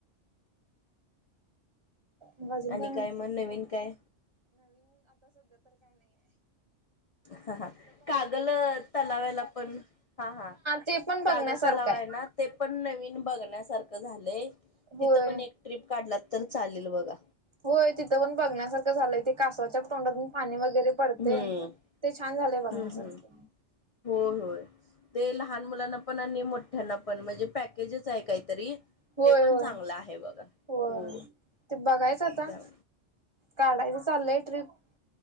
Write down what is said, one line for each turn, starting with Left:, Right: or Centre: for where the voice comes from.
Right: मग अजून
Left: आणि
Right: काय म्हणते.
Left: मग नवीन काय हा हा कागल तलावाला पण हा हा
Right: ते पण बघण्यासारखं
Left: कागल तलावा आहे ना. ते पण नवीन बघण्यासारखं झालंय
Right: होय.
Left: तिथं पण एक ट्र्रीप काढला तर चालेल बघा.
Right: होय तिथं पण बघण्यासारखं झालंय ते कासवाच्या तोंडातून पाणी वगैरे. पडते
Left: हम्म
Right: ते छान झाले बघण्यासारखे.
Left: हम्म हम्म होय होय. ते लहान मुलांना पण आणि मोठ्यांना पण म्हणजे पॅकेजच आहे काहीतरी.
Right: होय
Left: ते पण
Right: होय
Left: चांगलं आहे बघा
Right: होय
Left: हो
Right: ते बघायचं आता.
Left: त्या
Right: काढाच चालयट ट्रीप.